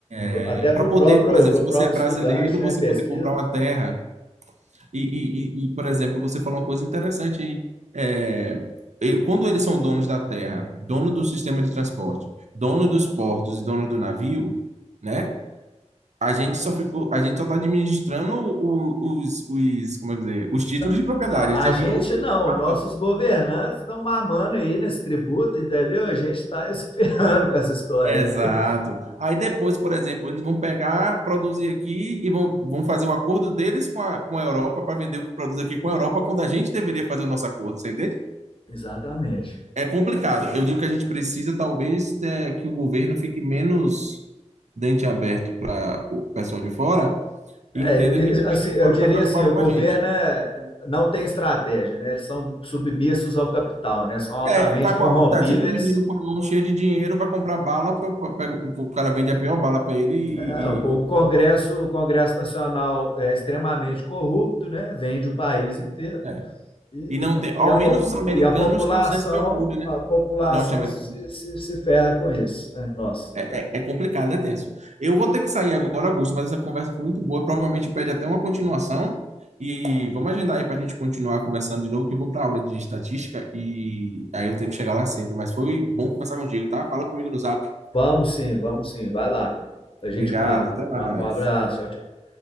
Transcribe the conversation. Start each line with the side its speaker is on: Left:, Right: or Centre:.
Right: é
Left: até
Right: para
Left: para o
Right: poder,
Left: próprio,
Right: por exemplo,
Left: pro
Right: se
Left: próprio
Right: você é brasileiro,
Left: estudante,
Right: você
Left: né, pesquisa.
Right: poder comprar uma terra E, e- e- e, por exemplo, você falou uma coisa interessante aí. É, e- quando eles são donos da terra, dono do sistema de transporte, dono dos portos e dono do navio, né? A gente só ficou, a gente só está administrando o- os, os, como é que dizer, os títulos
Left: Não,
Right: de propriedade.
Left: não, a
Right: A gente já
Left: gente
Right: virou o
Left: não,
Right: cartório.
Left: nossos governantes estão mamando aí nesse tributo, entendeu? A gente está <laughs> esperando com essa história
Right: Exato.
Left: aí.
Right: Aí depois, por exemplo, eles vão pegar, produzir aqui e vão, vão fazer o acordo deles com a, com a Europa para vender o que produz aqui com a Europa, quando a gente deveria fazer o nosso acordo, você entende?
Left: Exatamente.
Right: É complicado. Eu digo que a gente precisa, talvez, é, que o governo fique menos dente aberto para o pessoal de fora e
Left: É,
Right: entenda que ninguém
Left: assim,
Right: de
Left: eu
Right: fora
Left: diria
Right: está preocupado
Left: assim, o
Right: com
Left: governo
Right: a gente.
Left: é- não tem estratégia, né? Eles são submissos ao capital, né? São altamente
Right: É, tá,
Left: corrompíveis
Right: com a- tá tipo um menino com a mão cheia de dinheiro, vai comprar bala, pra- pra- pega- o cara vende a pior bala para ele e,
Left: Não, o
Right: e,
Left: Congresso, o Congresso Nacional é extremamente corrupto, né? vende o país inteiro
Right: e- é.
Left: e,
Right: E não tem. Ao
Left: e, a,
Right: menos os americanos
Left: e a população,
Right: têm um senso de orgulho, né?
Left: a população
Right: Os norte-americanos.
Left: se, se, se ferra com isso, né? Nós,
Right: É,
Left: no caso.
Right: é complicado, é tenso. Eu vou ter que sair agora, Augusto, mas essa conversa foi muito boa. Provavelmente pede até uma continuação. E vamos agendar aí para a gente continuar conversando de novo, que eu vou para aula de estatística e aí eu tenho que chegar lá cedo. Mas foi bom conversar contigo, tá? Fala comigo no zap.
Left: Vamos sim, vamos sim, vai lá. A gente
Right: Obrigado,
Left: marca.
Right: até mais.
Left: Um um abraço, tchau, tchau.